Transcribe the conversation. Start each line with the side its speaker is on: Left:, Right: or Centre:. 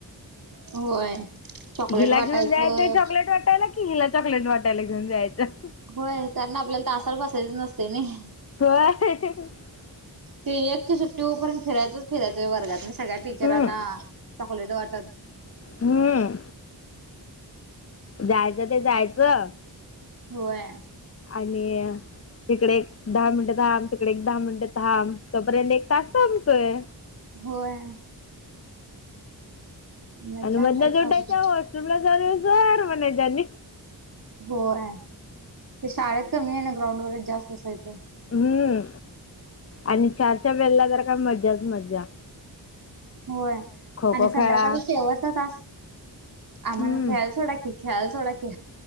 Right: होय. चॉकलेट
Left: हिला
Right: वाटायचं
Left: घेऊन जायचंय चॉकलेट वाटायला कि हिला चॉकलेट वाटायला घेऊन जायचं.
Right: होय कारण आपल्याला तासाला बसायच नसते नाही.
Left: होय.
Right: ते एकच्या सुट्टीवरपर्यंत फेरायचच फेरायचं वर्गात आणि सगळ्या टीचरांना.
Left: हम्म,
Right: चॉकलेट वाटत.
Left: हम्म जायचं ते जायचं.
Right: होय.
Left: आणि अ. तिकडे एक दहा मिनटं थांब तिकडे एक दहा मिनिटं थांब तोपर्यंत एक तास संपतोय.
Right: होय. मज्जा
Left: आणि मधला
Right: असायची
Left: उठायचं
Right: अगदी
Left: वॉशरूमला जाऊन येऊ सर म्हणाय आणि.
Right: होय ते शाळेत कमी आहे ना ग्राउंड वगरेच जास्त असायचं.
Left: हम्म आणि चारच्या वेलेला जर का मज्जाच मज्जा
Right: होय
Left: खो
Right: आणि
Left: खो
Right: संध्याकाळचा
Left: खेळा
Right: शेवटचा तास आम्हाला
Left: हम्म
Right: खेळाला सोडा की, खेळाला सोडा की